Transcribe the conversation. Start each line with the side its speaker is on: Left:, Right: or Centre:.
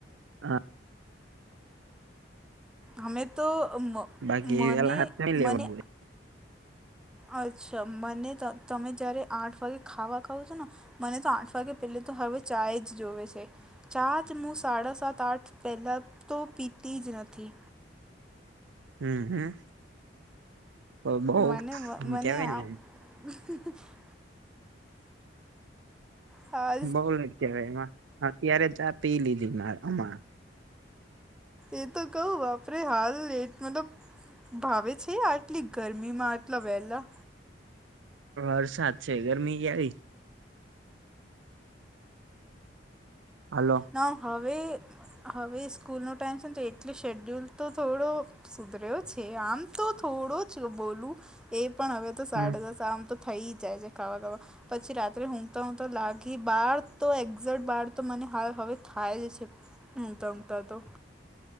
Right: હા.
Centre: હમે તો
Right: બાકી
Centre: મને
Right: વેલા હાથ નઈ લેવાનું
Centre: મને
Right: હોય
Centre: અચ્છા મને તમે જયારે આઠ વાગે ખાવા ખાવ છો ને મને તો આઠ વાગે પેલા તો હવે ચાાય જ જોવે છે ચા જ હું સાડા સાત આઠ પહેલાં તો પીતી જ નથી.
Right: હમ્મ હમ્મ તો બહું
Centre: મને
Right: આમ
Centre: મને
Right: કેવાય
Centre: આ
Right: ને એમ
Centre: <inaudible> હા
Right: બઉ જ કેવાય એમાં અત્યારે ચા પી લીધી મા અમા
Centre: એ તો કવું બાપરે હાલ એટ મતલબ ભાવે છે આટલી ગરમી માં આટલા વહેલા
Right: વરસાદ છે, ગરમી કેવી હાલો.
Centre: ના હવે-હવે સ્કૂલનો ટાઈમ છે ને તો એટલે શેડ્યુલ તો થોડો સુધર્યો છે. આમ તો થોડો જ બોલું, એ પણ હવે તો સાડા
Right: હમ
Centre: દસ આમ તો થઈ જાય છે <unintelligible> પછી રાત્રે ઊંઘતા-ઊંઘતા લાગી બાર તો એક્ઝેટ બાર તો મને હાલ હવે થાય જ છે, ઊંઘતા-ઊંઘતાં તો.